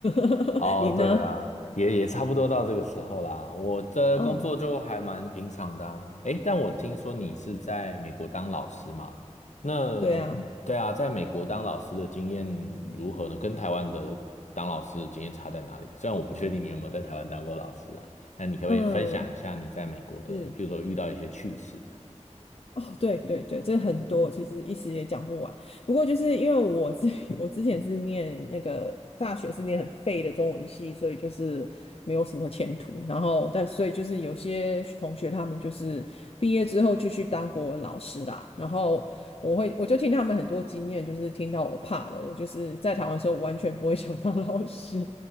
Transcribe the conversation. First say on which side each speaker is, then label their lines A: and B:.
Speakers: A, on the left (about 55°); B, on the left (about 75°).
A: <laughs>
B: 哦，
A: 你呢？
B: 对啊，也也差不多到这个时候啦。我的工作就还蛮平常的啊。
A: 哦，
B: 诶，但我听说你是在美国当老师嘛？那对啊，
A: 对啊，
B: 在美国当老师的经验如何呢？跟台湾的当老师的经验差在哪里？虽然我不确定你有没有在台湾当过老师啦，那你可不可以分享一下你在美国的，
A: 嗯，是。
B: 比如说遇到一些趣事这样
A: 哦，对对对，这很多，其实一时也讲不完。不过就是因为我之 <laughs> 我之前是念那个大学是念很废的中文系，所以就是没有什么前途。然后但所以就是有些同学他们就是毕业之后就去当国文老师啦。然后我会我就听他们很多经验，就是听到我怕了。我就是在台湾的时候，我完全不会想当老师，